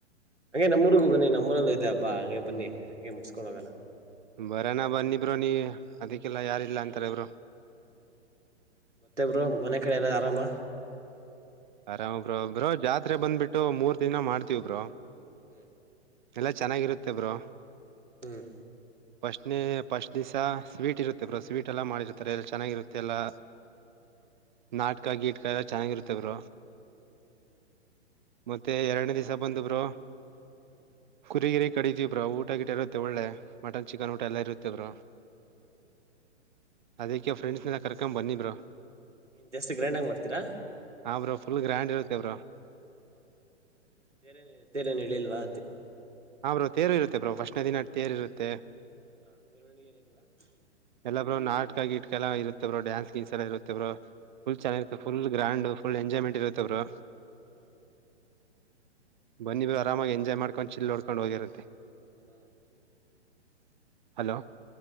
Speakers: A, on the right; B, on the right.
A: ಹಂಗೆ ನಮ್ಮೂರಿಗೂ ಬನ್ನಿ ನಮ್ಮೂರಲ್ಲೂ ಇದೆ ಹಬ್ಬ ಹ ಹಾಗಗೆ ಬನ್ನಿ ಹಂಗೆ ಮುಗ್ಕೊಳ್ಳಳೋಲ್ಲ
B: ಬರೋಣ ಬನ್ನಿ ಬ್ರೋ ನೀವು ಅದಕ್ಕೆಲ್ಲ ಯಾರಿಲ್ಲ ಅಂತಾರೆ ಪ್ರೊ
A: ಮತ್ತೆಬ್ರು ಮನೆ ಕಡೆ ಎಲ್ಲ ಆರಾಮ
B: ಆರಾಮ್ ಬ್ರೋ ಬ್ರೋ ಜಾತ್ರೆ ಬಂದ್ಬಿಟ್ಟು ಮೂರ್ ದಿನ ಮಾಡ್ತೀವ್ ಬ್ರೋ
A: ಹ್ಮ್
B: ಎಲ್ಲಾ ಚೆನ್ನಾಗಿರುತ್ತೆ ಬ್ರೋ
A: ಹ್ಮ್
B: ಪ್ರಶ್ನೆ ಫಸ್ಟ್ ದಿಶಾ ಸ್ವೀಟ್ ಇರುತ್ತೆ ಸ್ವೀಟ್ ಎಲ್ಲ ಚೆನ್ನಾಗಿ ಮಾಡಿರುತ್ತಾರೆ
A: ಹ್ಮ್
B: ನಾಟಕ ಆಗಿಡುಕ ಎಲ್ಲ ಚೆನ್ನಾಗಿರುತ್ತೆ ಬ್ರೋ
A: ಹ್ಮ್ ಹ್ಮ್ ಹ್ಮ್ <unintelligible>
B: ಮತ್ತೆ ಎರಡು ದಿಸ ಬಂತು ಬ್ರೋ
A: ಹ್ಮ್ <unintelligible>
B: ಗುರಿ ಗಿರಿ ಕಡಿದೀ ಬ್ರಾ ಊಟ ಗಿಟ ಇರುತ್ತೆ ಒಳ್ಳೆ ಮಟನ್ ಚಿಕನ್
A: ಹ್ಮ್
B: ಊಟ
A: ಹ್ಮ್
B: ಎಲ್ಲಾ ಇರುತ್ತೆ ಬ್ರ
A: ಹ್ಮ್ ಹ್ಮ್
B: ಅದಕ್ಕೆ ಫ್ರೆಂಡ್ಸ್ ಎಲ್ಲ ಕರ್ಕೊಂಡ್ ಬನ್ನಿ ಬ್ರೋ
A: ನ್ ಜಾಸ್ತಿ ಗ್ರೈಂಡ್ಗ ಮಾಡ್ತೀಾ
B: ಹಾ ಬ್ರರು ಫುಲ್ ಗ್ರ್ಯಾಂಡ್ ಇರುತೇ ಬ್ರರು
A: ಹಾ ಹಾ ಓಕೆ ಓಕೆ. ತೇರು ಏನು ಎಳೆಯಲ್ವಾ
B: ಹಾ ಬ್ರೋ ತೇರು ಇರುತ್ತೆ ಬ್ರೋ್ ವಷ್ಣ ದಿನಾ ತೇರು ಇರುತ್ತೆ
A: ಹ ಮೆರವಣಿಗೆ ಏನಿದಲ್ವಾ <unintelligible>
B: ಎಲ್ಲಾ ಬರು ನಾಕ ಗಿಟ್ಕ ಎಲ್ಲ ಇತ್ತೇವ್ರರು ಡ್ಯಾನ್ಸ್ ಗಿನ್ಸ್ ಎಲ್ಲ ಇರುತ್ತೇವರು ಫಲ್ ಚೆನ್ನಾಗಿರುತ್ತೆ
A: ಹಾ ಹಾ
B: ಫುಲ್ ಎಂಜಾಯ್ಮೆಂಟ್ ಇರುತ್ತೆ ಗುರು
A: ಹಾ ಓಕೆ
B: ಬನ್ನಿ ಆರಾಮಾಗಿ ಎಂಜಾಯ್ ಮಾಡ್ಕೊಂಡ್ ಚಿಿಲ್ಲ ಓಡ್ಕೊಂಡ್ ಹೋಗಿರಂತೆ
A: ಹಾ ಬರ್ತವಿ ಬರ್ತವಿ <unintelligible>
B: ಹಲೋ